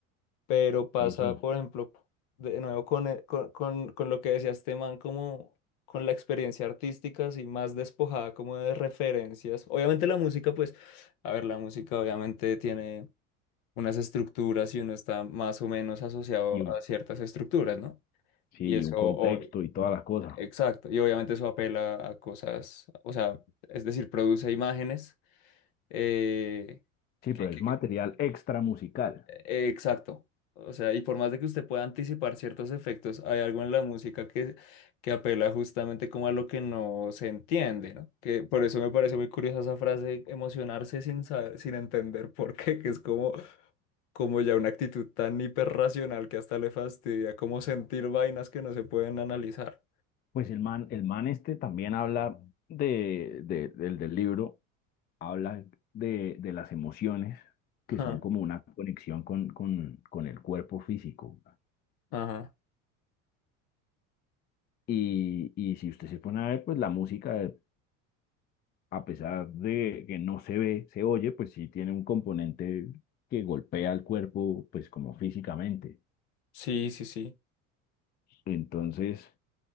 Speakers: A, on the left (about 65°); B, on the left (about 25°).
A: pero pasa,
B: Sí, sí.
A: por ejemplo, de nuevo con, e- con, con, con lo que decía este man, como con la experiencia artística, así más despojada como de referencias. Obviamente la música, pues, a ver, la música obviamente tiene unas estructuras y uno está más o menos asociado
B: Y un,
A: a ciertas estructuras, ¿no?
B: sí,
A: Y eso,
B: y un contexto
A: o-
B: y todas las cosas.
A: exacto, y obviamente eso apela a cosas, o sea, es decir, produce imágenes, eh,
B: Sí,
A: que-
B: pero
A: que-
B: es material
A: que-
B: extra musical.
A: eh, exacto, o sea, y por más de que usted pueda anticipar ciertos efectos, hay algo en la música que, que apela justamente como a lo que no se entiende, ¿no? Que por eso me parece muy curiosa esa frase, emocionarse sin saber, sin entender por qué, que es como... como ya una actitud tan hiperracional que hasta le fastidia como sentir vainas que no se pueden analizar.
B: Pues el man, el man este también habla de, de- del del libro habla de, de las emociones, que
A: Ajá,
B: son como una conexión con, con, con el cuerpo físico.
A: ajá.
B: Y, y si usted se pone a ver, pues la música, a pesar de que no se ve, se oye, pues sí tiene un componente que golpea al cuerpo, pues como físicamente.
A: Sí, sí, sí.
B: Entonces,